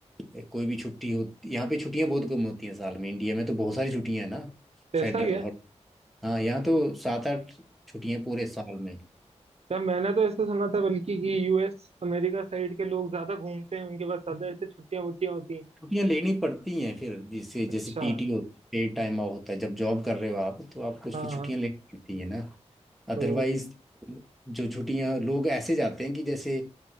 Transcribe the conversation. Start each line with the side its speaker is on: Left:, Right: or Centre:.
Centre: ए, कोई भी छुट्टी होती यहाँ पे छुट्टियां बहुत कम होती हैं साल में इंडिया में तो बहुत सारी छुट्टियां हैं ना
Right: कैसा
Centre: Federal
Right: गया
Centre: hall हाँ यहाँ तो सात आठ छुट्टियां पूरे साल में
Right: क्या मैंने तो ऐसे सुना था बल्कि कि यूएस अमेरिका साइड के लोग ज्यादा घूमते हैं उनके पास ज्यादा ऐसे छुट्टियां वुट्टियां होती हैं
Centre: छुट्टियां लेनी पड़ती हैं फिर जिससे जैसे
Right: अच्छा
Centre: पीटी होती है पेड टाइम ऑफ होता है जब जॉब कर रहे हो आप तो आपको उसकी
Right: हाँ
Centre: छुट्टियां
Right: हाँ
Centre: लेनी पड़ती हैं ना अदरवाइज
Right: तो
Centre: जो छुट्टियां लोग ऐसे जाते हैं कि जैसे